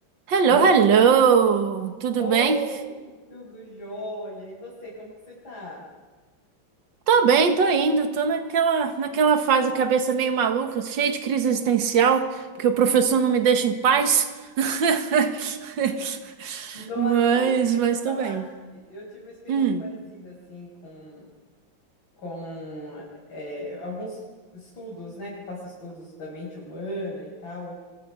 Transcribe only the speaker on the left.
Oi,
Mai.
Oi,
tudo jóia. E você, como que você tá?
Nossa,
sabe o que eu ia te
falar?
Eu tive uma experiência
parecida, assim, com, com é, alguns estudos, né? Que eu faço estudos da mente humana e tal.